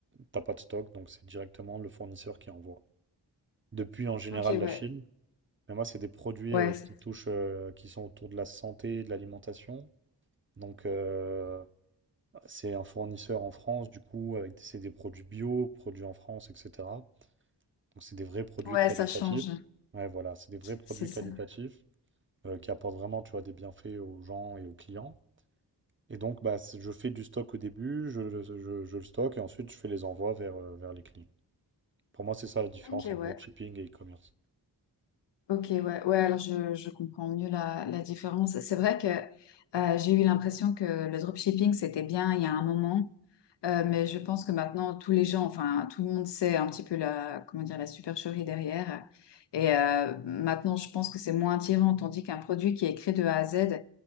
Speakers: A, on the right; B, on the left.
A: t'as pas de stock, donc c'est directement le fournisseur qui envoie. Depuis en général
B: ok,
A: la
B: ouais.
A: Chine, mais moi c'est des produits
B: Ouais,
A: euh, qui touchent, euh, qui sont autour de la santé, et de l'alimentation. Donc euh, c'est un fournisseur en France, du coup, avec c'est des produits bio, produits en France, etc. Donc c'est des vrais produits
B: ouais,
A: qualitatifs.
B: ça change.
A: Ouais, voilà, c'est des vrais produits
B: C'est ça.
A: qualitatifs euh, qui apportent vraiment, tu vois, des bienfaits aux gens et aux clients. Et donc, bah, c'est- je fais du stock au début, je, le- je, je le stocke et ensuite je fais les envois vers, euh, vers les clients. Pour moi, c'est ça la différence
B: Ok,
A: entre
B: ouais.
A: dropshipping et e-commerce.
B: Ok, ouais, ouais, alors je, je comprends mieux la, la différence. C'est vrai que euh, j'ai eu l'impression que le dropshipping, c'était bien il y a un moment, euh, mais je pense que maintenant, tous les gens, enfin, tout le monde sait un petit peu la, comment dire, la supercherie derrière. Et euh, maintenant, je pense que c'est moins attirant, tandis qu'un produit qui est créé de A à Z,